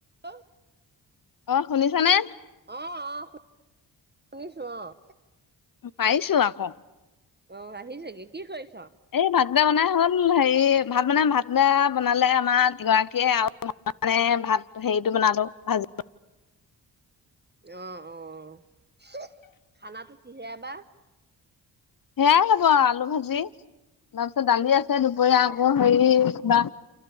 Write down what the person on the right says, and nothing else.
Hello
অঁঃ অঁঃ শুনিছো অঁঃ
অঁ আহিল চাগে কি কৰিছ
অঁ অঁ খানাটো কিহেৰে বাৰ
অ',